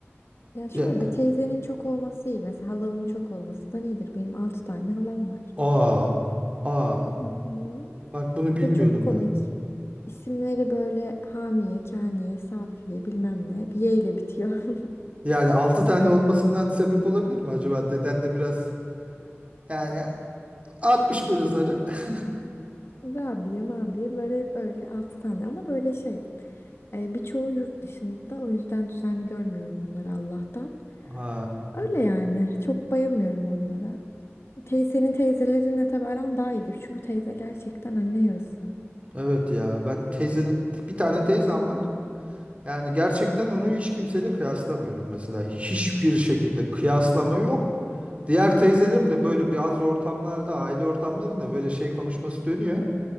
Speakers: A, on the left (about 65°); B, on the right (about 30°).
A: Ya şöyle
B: Ya,
A: teyzenin çok olması iyi. Mesela halanın çok olması da iyidir. Benim 6 tane halam var.
B: aa, aa.
A: Hı hı.
B: Bak bunu bilmiyordum
A: Ve çok komik.
B: ben.
A: İsimleri böyle Hamiye, Kaniye, Safiye bilmem ne. Bir Y ile bitiyor. <laughs>
B: Yani altı tane olmasından sebep olabilir mi acaba? Deden de biraz yani atmış böyle zarı. <laughs>
A: Rabia mabiye böyle böyle 6 tane ama böyle şey e, birçoğu yurt dışında o yüzden düzenli görmüyorum onları Allah'tan.
B: Ha,
A: Öyle yani çok bayılmıyorum onlara. Teyzenin teyzelerinle tabii aran daha iyidir çünkü teyze gerçekten anne yarısı.
B: evet ya ben teyze bir tane teyzem var. Yani gerçekten onu hiç kimseyle kıyaslamıyorum mesela. Hiçbir şekilde kıyaslama yok. Diğer teyzelerim de böyle bazı ortamlarda, aile ortamlarında böyle şey konuşması dönüyor.